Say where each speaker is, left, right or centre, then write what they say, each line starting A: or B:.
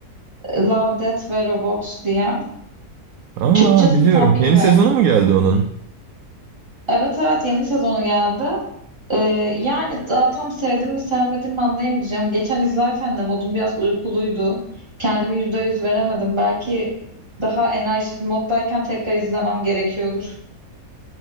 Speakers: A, on the right; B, on the right.
A: e, Love, Death ve Robots diye.
B: Aa
A: Türkçesini
B: biliyorum.
A: tam bilmiyorum.
B: Yeni sezonu mu geldi onun?
A: Evet evet yeni sezonu geldi. Ee, yani daha tam sevdim mi sevmedim mi anlayamayacağım. Geçen izlerken de modum biraz uykuluydu. Kendimi %100 veremedim. Belki daha enerjik bir moddayken tekrar izlemem gerekiyordur.